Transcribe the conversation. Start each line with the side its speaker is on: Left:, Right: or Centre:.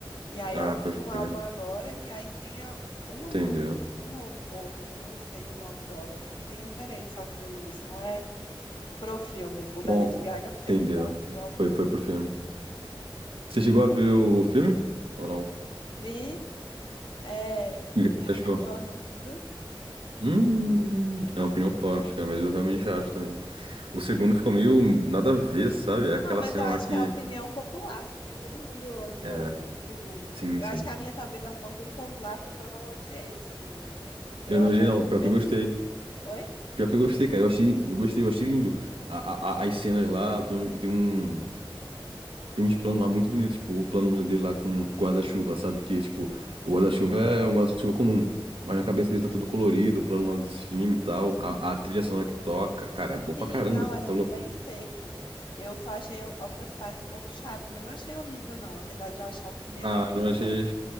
Left: E aí
Right: Ah,
Left: ela
Right: pode
Left: fez um
Right: crer.
Left: álbum agora, e aí tem a- uma,
Right: Entendeu.
Left: mu- uma ou outra música e o nome do álbum, assim, tem referência ao filme, mas não é pro filme. O da
Right: Um
Left: Lady
Right: al-
Left: Gaga fez,
Right: Entendeu.
Left: ela fez
Right: ente-
Left: o álbum
Right: Foi,
Left: pro
Right: foi pro
Left: filme.
Right: filme. Você chegou a ver o filme? Ou não?
Left: Vi É, o
Right: E
Left: primeiro
Right: o que você achou?
Left: é melhor, né? Você viu?
Right: Hum, é uma opinião forte, cara, mas eu realmente acho também. O segundo ficou meio nada a ver, sabe? É Aquela
Left: Não, mas
Right: cena
Left: eu acho
Right: lá que.
Left: que é a opinião popular, porque todo mundo odiou
Right: É,
Left: o segundo.
Right: sim,
Left: Eu
Right: sim.
Left: acho que a minha talvez é um pouco impopular, porque eu não odiei o segundo. Eu
Right: Eu não
Left: até
Right: odiei,
Left: me
Right: não. Pior
Left: diverti
Right: que eu gostei.
Left: no segundo. Oi?
Right: Pior que eu gostei, cara. Eu achei, eu gostei, eu achei lindo. A, a- a- as cenas lá, tem um, tem um, tem uns planos lá muito bonitos, tipo, o plano dele lá com o guarda-chuva, sabe? Que, tipo, o guarda-chuva é um guarda-chuva comum, mas na cabeça dele tá todo colorido, o plano lá de cima e tal. A, a trilha sonora que toca, cara, é bom
Left: Sim,
Right: pra caramba,
Left: não,
Right: filho,
Left: é muito
Right: tá louco?
Left: bem feito. Eu só achei algumas partes um pouco chatas, mas não achei horrível, não. Apesar de eu achar o primeiro
Right: Ah,
Left: ainda
Right: não
Left: melhor.
Right: achei